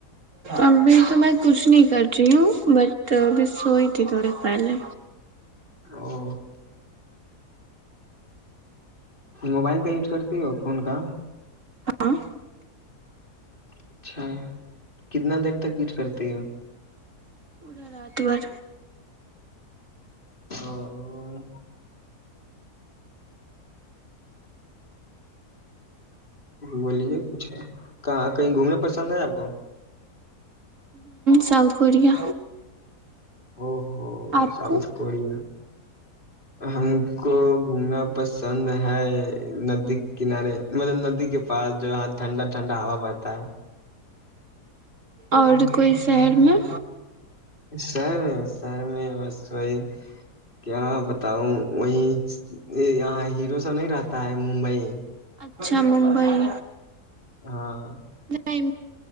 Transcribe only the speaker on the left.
او موبائل کا یوز کرتی ہو فون کا
اچھا کتنا دیر تک یچ کرتی ہے
اچھا بولیجے کچھ ہے کہاں کہیں گھومنا پسند ہے آپ کو
او ہو
ساؤتھ
کوریا ہم کو گھومنا پسند ہے ندی کنارے مطلب ندی کے پاس جو یہاں ٹھنڈا ٹھنڈا ہوا بہتا ہے
شہر میں شہر میں بس وہی کیا بتاؤں وہی یہاں ہیرو سب نہیں رہتا ہے ممبئی
ہاں